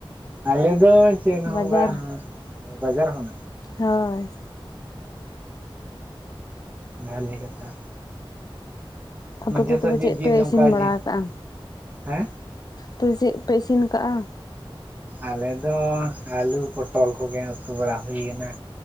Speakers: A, on the right; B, on the left.
A: ᱟᱞᱮ ᱫᱚ ᱪᱮᱫ ᱦᱚ
B: ᱵᱟᱡᱟᱨ
A: ᱵᱟᱝ ᱚ ᱵᱟᱡᱟᱨ ᱠᱷᱚᱱ?
B: ᱦᱳᱭ᱾
A: ᱚ ᱵᱷᱟᱞᱮ ᱠᱟᱛᱷᱟ᱾
B: ᱟᱯᱮ
A: ᱢᱟᱡᱷᱮ
B: ᱫᱚ ᱛᱚᱵᱮ
A: ᱥᱟᱡᱷᱮ
B: ᱪᱮᱫ
A: ᱡᱤᱞ
B: ᱯᱮ ᱤᱥᱤᱱ
A: ᱚᱱᱠᱟ
B: ᱵᱟᱲᱟ
A: ᱡᱮ
B: ᱟᱠᱟᱜᱼᱟ?
A: ᱦᱮᱸ
B: ᱛᱚ ᱪᱮᱫᱯᱮ ᱤᱥᱤᱱ ᱠᱟᱜᱼᱟ?
A: ᱟᱞᱮ ᱫᱚ ᱟᱹᱞᱩ ᱯᱚᱴᱚᱞ ᱠᱚᱜᱮ ᱩᱛᱩ ᱵᱟᱲᱟ ᱦᱩᱭ ᱠᱟᱱᱟ᱾